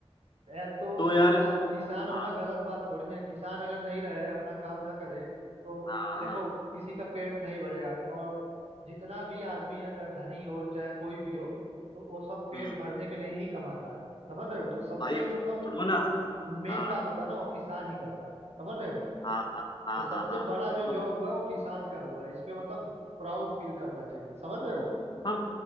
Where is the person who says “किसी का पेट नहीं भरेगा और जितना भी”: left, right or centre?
Right